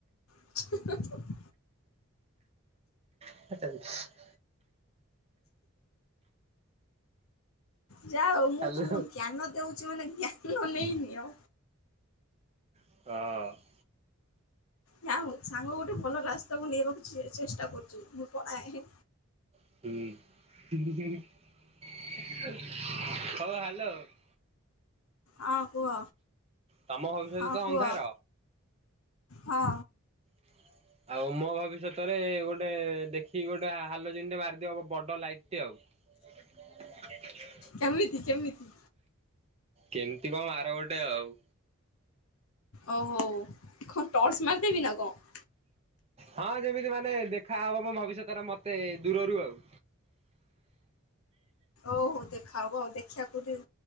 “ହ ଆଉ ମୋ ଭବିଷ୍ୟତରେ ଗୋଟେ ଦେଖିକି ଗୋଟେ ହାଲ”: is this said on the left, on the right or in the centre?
Right